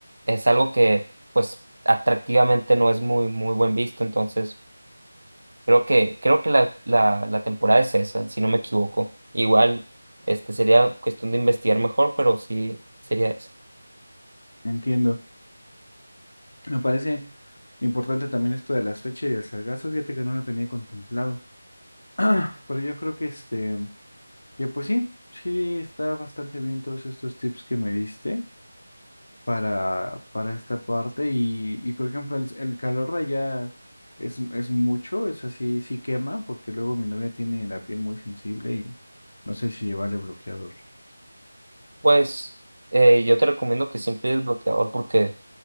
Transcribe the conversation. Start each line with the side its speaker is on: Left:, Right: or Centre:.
Right: es algo que, pues, atractivamente no es muy, muy buen visto. Entonces, Creo que, creo que la, la, la temporada es esa, si no me equivoco. Igual, este sería cuestión de investigar mejor, pero sí sería eso.
Left: Entiendo. Me parece importante también esto de las fechas y el sargazo. Fíjate que no lo tenía contemplado. <clears throat> Pero yo creo que este, que pues sí, sí está bastante bien todos estos tips que me diste para, para esta parte. Y, y por ejemplo, el, el calor de allá es, es mucho, es así, sí quema, porque luego mi novia tiene la piel muy sensible y no sé si llevarle bloqueador.
Right: Pues eh, yo te recomiendo que siempre el bloqueador porque